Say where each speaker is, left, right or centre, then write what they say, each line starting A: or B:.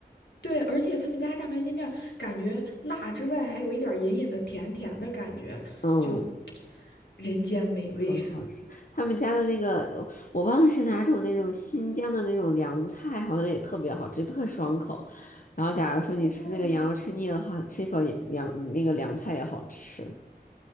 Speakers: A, on the left (about 85°); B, on the left (about 50°).
A: 对，而且他们家大盘鸡面感觉辣之外，还有一点隐隐的甜甜的感觉，
B: 嗯，
A: 就 <tsk> 人间美味。
B: 很好吃。他们家的那个，我忘了是哪种那种新疆的那种凉菜，好像也特别好吃，特爽口。然后，假如说你吃那个羊肉吃腻的话，
A: <laughs> 哦，
B: 吃一口凉那个凉菜也好吃。